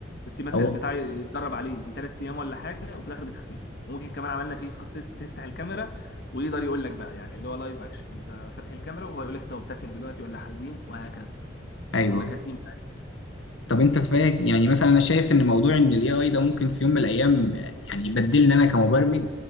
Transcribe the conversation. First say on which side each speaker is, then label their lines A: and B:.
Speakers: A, on the left (about 55°); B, on the left (about 85°).
A: بتسيب مثلا
B: او
A: البتاع يتدرب عليه ثلاث ايام ولا حاجه وفي الاخر بتختفي وممكن كمان عملنا فيه خاصيه تفتح الكاميرا ويقدر يقول لك بقى يعني اللي هو لايف اكشن انت فاتح الكاميرا وهو يقول لك انت مبتسم دلوقتي ولا حزين وهكذا
B: ايوه
A: كنا كتيم
B: طب انت فاك يعني مثلا انا شايف ان موضوع ان الاي اي ده ممكن في يوم من الايام يعني يبدلني انا كمبرمج